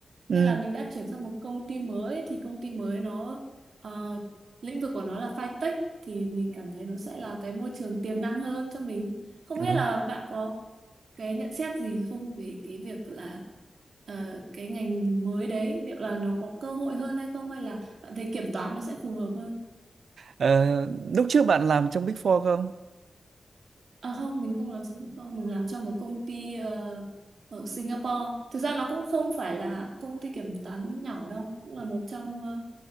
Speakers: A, on the right; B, on the right.
A: Ừ.
B: nên là mình đã chuyển sang một công ty mới thì công ty mới nó ờ, lĩnh vực của nó là fintech thì mình cảm thấy nó sẽ là cái môi trường tiềm năng hơn cho mình không
A: Rồi.
B: biết là bạn có cái nhận xét gì không về cái việc là ờ, cái ngành mới đấy liệu là nó có cơ hội hơn hay không hay là bạn thấy kiểm toán nó sẽ phù hợp hơn
A: Ờ, lúc trước bạn làm trong Big Four không?
B: à không mình không làm cho Bitcoin mình làm cho một công ty ờ, ở Singapore thực ra nó cũng không phải là công ty kiểm toán nhỏ đâu cũng là một trong uh,